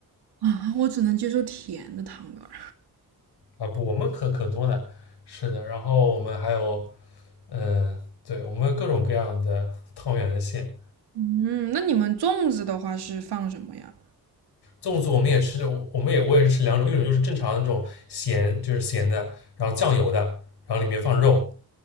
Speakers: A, on the right; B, on the left.
A: 啊，我只能接受甜的汤圆儿。
B: 啊？不，我们可可多了，是的。然后我们还有，嗯、对，我们有各种各样的汤圆的馅。
A: 嗯，那你们粽子的话是放什么呀？
B: 粽子我们也吃的，我们也我也是吃两种，一种就是正常的那种咸，就是咸的，然后酱油的，然后里面放肉，